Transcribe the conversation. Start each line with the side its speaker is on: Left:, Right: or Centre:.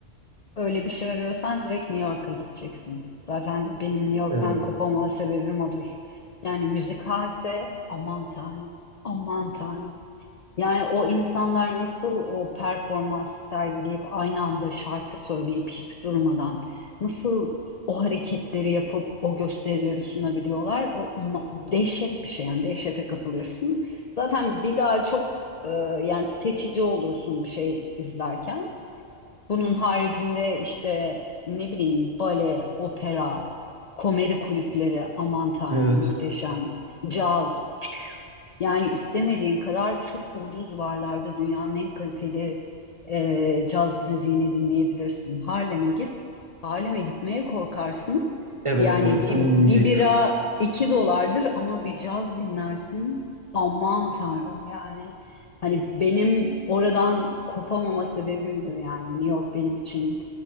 Left: Öyle bir şey arıyorsan direkt New York'a gideceksin. Zaten benim New York'tan
Right: Evet.
Left: kopamama sebebim odur. Yani müzik halse aman tanrım, aman tanrım. Yani o insanlar nasıl o performansı sergileyip aynı anda şarkı söyleyip hiç durmadan nasıl o hareketleri yapıp o gösterileri sunabiliyorlar? O ma- dehşet bir şey yani dehşete kapılırsın. Zaten bir daha çok e, yani seçici olursun bir şey izlerken. Bunun haricinde işte ne bileyim bale, opera, komedi kulüpleri aman tanrım
Right: Evet.
Left: muhteşem, caz. Yani istemediğin kadar çok ucuz varlarda dünyanın en kaliteli e, caz müziğini dinleyebilirsin. Harlem'e git. Harlem'e gitmeye korkarsın.
Right: Evet
Left: Yani
Right: bu arada
Left: bir,
Right: tamam
Left: bir
Right: diyecektim.
Left: bira 2 dolardır ama bir caz dinlersin. Aman tanrım yani. Hani benim oradan kopamama sebebimdir yani. New York benim için